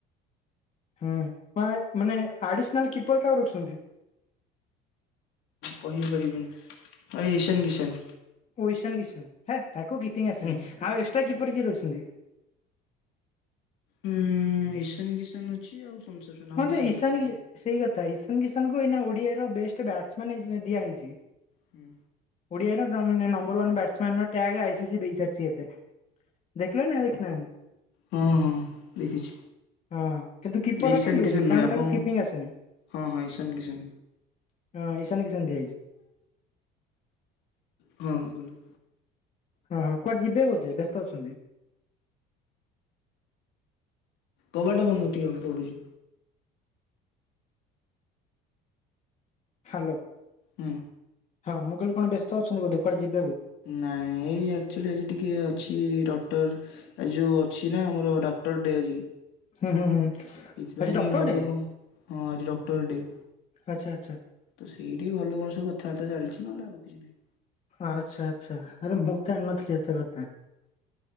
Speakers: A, on the left (about 35°); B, on the left (about 70°).
A: ହୁଁ ବା ମାନେ ଆଡିସିନାଲ୍ କିପର କାହାକୁ ରଖିଛନ୍ତି?
B: କହିପାରିବିନି ଭାଇ ଇସାନ୍ କିସାନ୍।
A: ଓ <unintelligible> ତାକୁ କିପିଙ୍ଗ୍ ଆସିନି
B: ହୁଁ
A: ଆଉ ଏ <unintelligible> କିପର କିଏ ରହିଛନ୍ତି?
B: ହୁଁ ଇଶାନ କିସାନ ଅଛି ଆଉ ସନସେପସନ ଆଉ
A: ହଁ
B: କେହି
A: ଯେ
B: ନାହାନ୍ତି
A: ଈଶାନ
B: ସେମିତି
A: କି ସେଇ କଥା ଇଶାନ କି <unintelligible> ଓଡ଼ିଆର ବେଷ୍ଟ୍ ବ୍ୟାଟ୍ସମ୍ୟାନ୍ ଦିଆ ହେଇଛି।
B: ହୁଁ।
A: ଓଡ଼ିଆର <unintelligible> ନମ୍ବର ୱାନ୍ ବ୍ୟାଟ୍ସମ୍ୟାନ୍ ର ଟ୍ୟାଗ୍ ଆଇସି ସି ଦେଇ ସାରିଛି ଏବେ। <unintelligible> ନା ଦେଖନାହାନ୍ତି
B: ହଁ ହଁ ଦେଖିଛି
A: ହଁ କିନ୍ତୁ କିପର
B: ଇଶାନ
A: <unintelligible>
B: କିଶାନ
A: କାରଣ
B: ନୁହେଁ ଆପଣଙ୍କୁ
A: ତାକୁ କିପିଙ୍ଗ୍ ଆସେନି।
B: ହଁ ହଁ ଇଶାନ କିଶାନ
A: ହଁ ଇଶାନ କିଶାନ୍ ଦିଆ ହେଇଛି।
B: ହଁ ବୋଲୋ।
A: ହଁ କୁଆଡ଼େ ଯିବେ ବୋଧେ ବ୍ୟସ୍ତ ଅଛନ୍ତି?
B: କବାଟ ବନ୍ଦ ଟିକେ ପଡୁଚି।
A: ହ୍ୟାଲୋ
B: ହୁଁ
A: ହଁ ମୁଁ କହିଲି କଣ ବ୍ୟସ୍ତ ଅଛନ୍ତି ବୋଧେ କୁଆଡ଼େ ଯି
B: ନାଇଁ ନାଇଁ ଏଇ ଆକଚ୍ୟୁଲି ଆଜି ଟିକେ ଅଛି ଡକ୍ଟର ଆଜି ଯୋଉ ଅଛି ନା ଆମର ଡାକ୍ତର ଡେ ଆଜି।
A: ହୁଁ ହୁଁ ହୁଁ।
B: ଏଥିପାଇଁ
A: ଆଜି
B: ଟିକେ
A: ଡକ୍ଟର
B: ଘର
A: ଡେ
B: ଲୋକ ହଁ ଆଜି ଡକ୍ଟର ଡେ।
A: ଆଚ୍ଛା ଆଚ୍ଛା।
B: ତ ସେଇଠି ଭଲ କଣ ସବୁ କଥାବାର୍ତ୍ତା ଚାଲିଛି ନହେଲେ ଆଉ କିଛି ନାହିଁ।
A: ଆଚ୍ଛା ଆଚ୍ଛା ଆରେ ମୁଁ ତ ଜାଣିନଥିଲି ଏତେ କଥା।